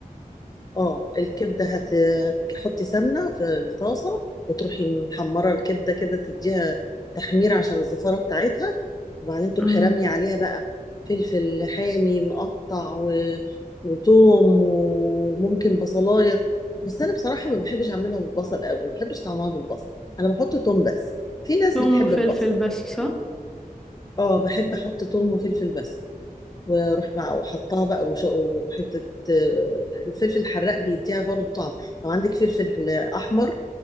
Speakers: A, on the left; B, in the centre.
A: اه الكبدة هت... هتحطي سمنة في الطاسة وتروحي محمرة الكبدة كده تديها تحمير عشان الزفارة بتاعتها وبعدين تروحي
B: امم
A: رامية عليها بقى فلفل حامي مقطع و... وتوم وممكن بصلاية بس أنا بصراحة ما بحبش أعملها بالبصل أوي ما بحبش طعمها بالبصل أنا بحط توم بس في ناس
B: ثوم
A: بتحب
B: وفلفل
A: البصل
B: بس صح
A: اه بحب أحط توم وفلفل بس واروح مع وحطها بقى وش- وحته آه، الفلفل الحراق بيديها برضو طعم لو عندك فلفل احمر